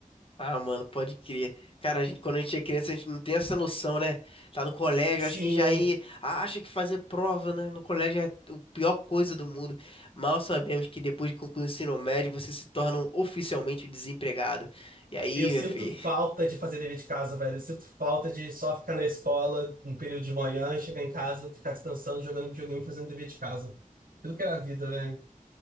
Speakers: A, on the left; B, on the right.
A: Ah, mano, pode crer. Cara, a gente, quando a gente é criança, a gente não tem essa noção, né? Tá no colégio,
B: Sim,
A: acho que já aí acha que fazer prova, né? No colégio é a pior coisa do mundo. Mal sabemos que depois de concluir o ensino médio você se torna um oficialmente desempregado. E aí,
B: eu sinto
A: meu filho,
B: falta de fazer dever de casa, velho. Eu sinto falta de só ficar na escola um período de manhã, chegar em casa, ficar descansando, jogando videogame, fazendo dever de casa. Aquilo que era a vida, velho.